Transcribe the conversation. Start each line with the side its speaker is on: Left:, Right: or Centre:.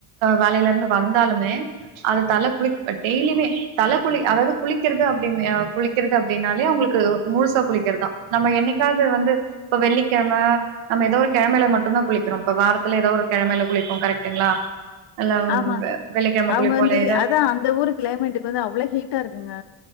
Right: வேலையில இருந்து வந்தாலுமே அதை தலை குளி டெய்லியுமே தலை குளி அதாவது குளிக்கிறது அப்படி கு ளிக்கறது அப்படின்னாலே அவங்களுக்கு முழுசா குளிக்கிறதுதா நம்ம என்னைக்காவது வந்து இப்ப வெள்ளிக்கிழம நம்ம ஏதோ ஒரு கெழமைல மட்டுந்தா குளிக்கறோம் இப்ப வாரத்துல ஏதோ ஒரு கெழமையல குளிப்போ கரெக்டுங்களா இல்ல
Left: ஆமா
Right: வெள்ளிக்கிழம
Left: அவங்க
Right: குளிப்போ
Left: வந்து
Right: இல்ல எதா
Left: அதான் அந்த ஊரு கிளைமேட்டுக்கு வந்து அவ்வளவு ஹீட்டா இருக்குங்க